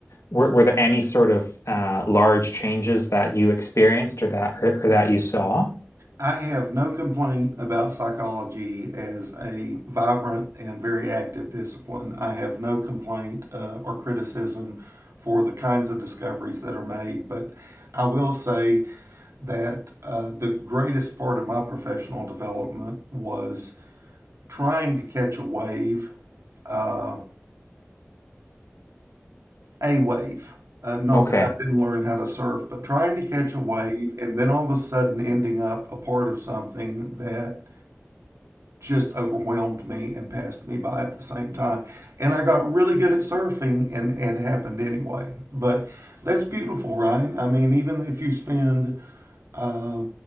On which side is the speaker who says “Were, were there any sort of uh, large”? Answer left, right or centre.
Left